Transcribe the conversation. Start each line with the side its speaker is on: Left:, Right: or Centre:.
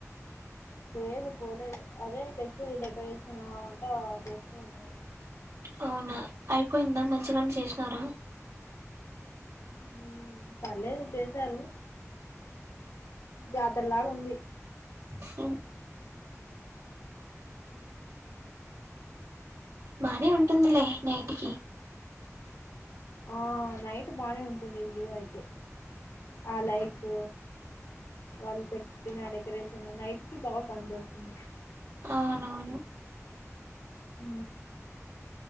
Left: లేదు పోలేదు అదే ఫెస్ట్ ది డెకరేషన్ అదిఅంతా చేస్తూ ఉన్నారు.
Right: అవునా అయిపోయిందా మంచిగనే చేసినారా.
Left: హ్ పర్లేదు చేశారు జాతరలాగా ఉ ంది
Right: హ్ బానే ఉంటుందిలే నైటికి
Left: ఆ నైట్ బానే ఉంటుంది వ్యూ అయితే ఆ లైట్స్ వాళ్ళు పెట్టిన డెకరేషన్ నైట్ కి బాగా కనపడుతుంది
Right: అవునవును
Left: అ